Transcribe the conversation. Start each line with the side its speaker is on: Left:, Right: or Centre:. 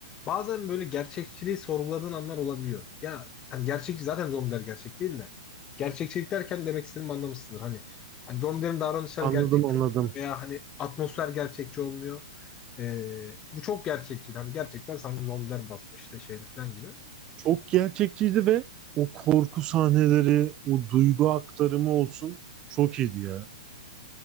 Left: bazen böyle gerçekçiliği sorguladığın anlar olabiliyor. Ya hani gerçekçi zaten zombiler gerçek değil de. Gerçekçilik derken demek istediğimi anlamışsındır. Hani, hani zombilerin davranışları
Right: Anladım
Left: gerçekçi
Right: anladım.
Left: olmuyor veya hani atmosfer gerçekçi olmuyor. Ee, bu çok gerçekçi. Hani gerçekten sanki zombiler basmış işte şeyde falan gibi.
Right: Çok gerçekçiydi ve o korku sahneleri, o duygu aktarımı olsun çok iyiydi ya.